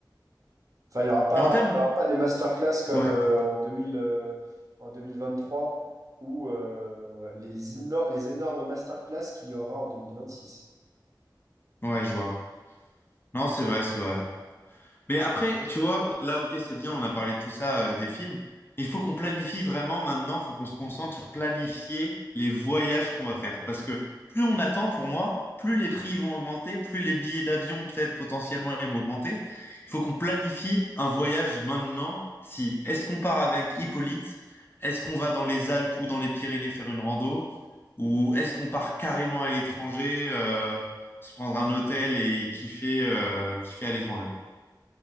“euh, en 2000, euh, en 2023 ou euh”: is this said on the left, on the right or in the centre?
Right